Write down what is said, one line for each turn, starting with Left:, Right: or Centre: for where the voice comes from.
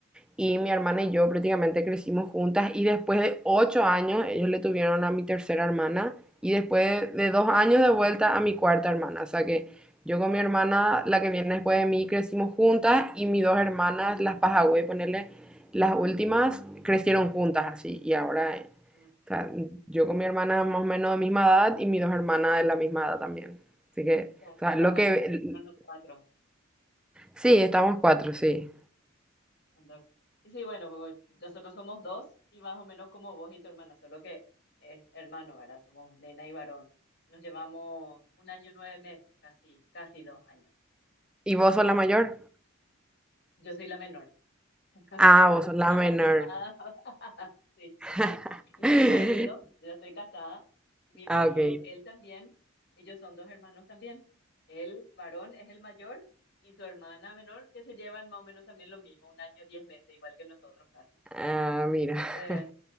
Centre: y mi hermana y yo prácticamente crecimos juntas y después de ocho años ellos le tuvieron a mi tercera hermana y después de dos años de vuelta a mi cuarta hermana. O sea que yo con mi hermana, la que viene después de mí, crecimos juntas y mis dos hermanas, las Pajagüey, ponerle las últimas, crecieron juntas así y ahora... eh,
Left: Ah,
Centre: o sea, yo con mi hermana más o menos de misma edad y mis dos hermanas de la misma edad también. Así que,
Left: O sea,
Centre: o
Left: no
Centre: sea,
Left: está
Centre: lo
Left: mal,
Centre: que...
Left: hicieron los cuatro.
Centre: Sí, estamos cuatro, sí.
Left: Anda. Y sí, bueno, pues, nosotros somos dos y más o menos como vos y tu hermana, solo que es hermano, ¿verdad? Somos nena y varón. Nos llevamos un año, nueve meses, casi, casi dos años.
Centre: ¿Y vos
Left: Entonces,
Centre: sos la mayor?
Left: yo soy la menor, <laughs>
Centre: Ah, vos sos la
Left: la
Centre: menor.
Left: más mimada, <laughs> sí.
Centre: <laughs>
Left: Y mi marido, yo ya estoy casada, y mi
Centre: Ah,
Left: marido,
Centre: ok.
Left: él también, ellos son dos hermanos también. El varón es el mayor y su hermana menor, que se llevan más o menos también lo mismo, un año, diez meses, igual que nosotros casi.
Centre: Ah, mira.
Left: Entonces,
Centre: <laughs>